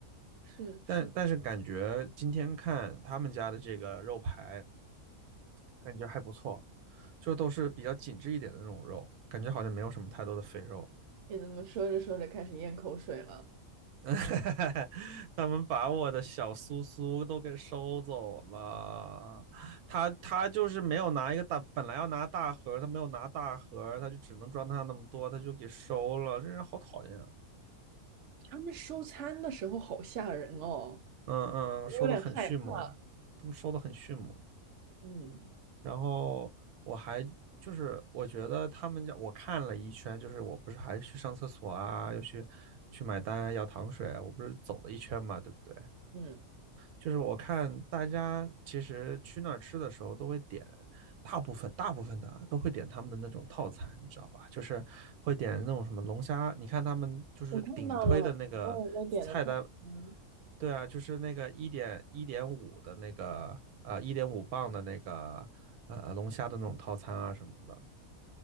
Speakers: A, on the right (about 65°); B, on the right (about 85°).
A: 是是，
B: 但但是感觉今天看他们家的这个肉排，感觉还不错，就都是比较紧致一点的那种肉，感觉好像没有什么太多的肥肉。
A: 你怎么说着说着开始咽口水了？
B: <laughs> 他们把我的小苏苏都给收走了，他他就是没有拿一个大，本来要拿大盒他没有拿大盒他就只能装他那么多，他就给收了，这人好讨厌啊！
A: 他们收餐的时候好吓人哦，
B: 嗯嗯，
A: 我有点害怕。
B: 收的很迅猛，他们收的很迅猛。
A: 嗯
B: 然后我还就是我觉得他们家我看了一圈，就是我不是还去上厕所啊，又去去买单啊，要糖水啊，我不是走了一圈嘛，对不对？
A: 嗯，
B: 就是我看大家其实去那儿吃的时候都会点，大部分大部分的啊都会点他们的那种套餐，你知道吧？就是会点那种什么龙虾，你看他们就是顶推的那个菜单
A: 我看到了，很多人都点的套餐。
B: 对啊，就是那个一点一点五的那个啊，一点五磅的那个呃龙虾的那种套餐啊什么的，